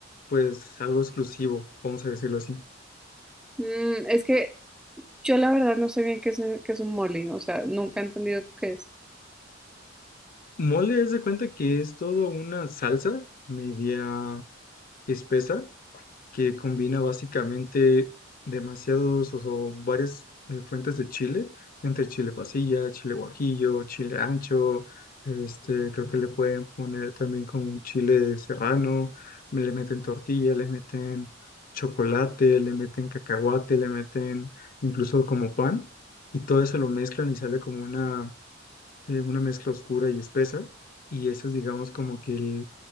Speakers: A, on the left; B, in the centre.
A: pues algo exclusivo, vamos a decirlo así.
B: Mm, es que Yo la verdad no sé bien qué es, qué es un molly, o sea, nunca he entendido qué es.
A: Mole, haz de cuenta que es todo una salsa media espesa que combina básicamente demasiados o, o varias eh, fuentes de chile, entre chile pasilla, chile guajillo, chile ancho, este, creo que le pueden poner también con un chile serrano, le meten tortilla, le meten chocolate, le meten cacahuate, le meten incluso como pan, y todo eso lo mezclan y sale como una eh, una mezcla oscura y espesa, y eso es, digamos, como que el-